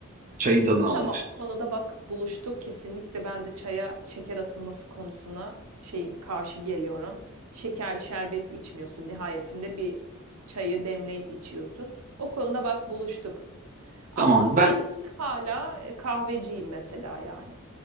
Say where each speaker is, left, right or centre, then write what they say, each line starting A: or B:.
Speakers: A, on the right; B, on the right.
A: Çayın tadını almak
B: Tamam
A: istiyorsun.
B: o konuda bak buluştuk. Kesinlikle ben de çaya şeker atılması konusuna şeyim karşı geliyorum. Şekerli şerbet içmiyorsun. Nihayetinde bir çayı demleyip içiyorsun. O konuda bak buluştuk. Ama
A: Tamam ben
B: ben hala e, kahveciyim mesela yani.